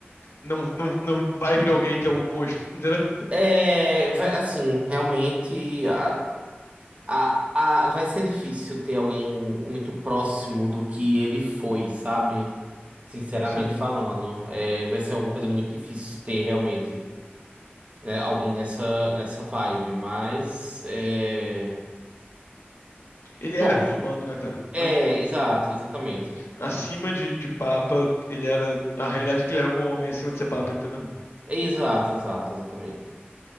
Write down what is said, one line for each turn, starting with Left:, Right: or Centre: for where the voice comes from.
Left: não, não, não vai vir alguém que é o oposto, <laughs> entendeu?
Right: É, vai, assim, realmente a, a, a, vai ser difícil ter alguém muito próximo do que ele foi, sabe? Sinceramente
Left: Sim.
Right: falando. É, vai ser alguma coisa muito difícil ter realmente, né, alguém nessa, nessa vibe, mas. É...
Left: Ele
Right: Bom.
Left: era muito humano, né, cara?
Right: É,
Left: Não adi- não-
Right: exato, exatamente.
Left: acima de, de papa, ele era. A realidade é que ele era um bom homem acima de ser papa, entendeu?
Right: É, Exato, exato, exatamente.